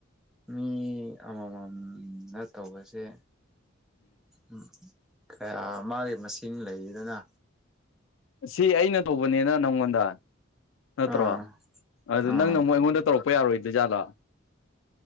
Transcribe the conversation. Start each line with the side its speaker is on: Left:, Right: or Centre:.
Centre: ꯃꯤ ꯑꯃꯃꯝꯅ ꯇꯧꯕꯁꯦ ꯎꯝ ꯀꯌꯥ ꯃꯥꯒꯤ ꯃꯁꯤꯡ ꯂꯩꯗꯅ
Left: ꯁꯤ ꯑꯩꯅ ꯇꯧꯕꯅꯦꯅ ꯅꯪꯉꯣꯟꯗ ꯅꯠꯇ꯭ꯔꯣ
Centre: ꯑꯥ
Left: ꯑꯗꯨ
Centre: ꯑꯥ
Left: ꯅꯪꯅ ꯑꯃꯨꯛ ꯑꯩꯉꯣꯟꯗ ꯇꯧꯔꯛꯄ ꯄꯄ ꯌꯥꯔꯣꯏꯗꯩꯩ ꯖꯥꯠꯂꯤ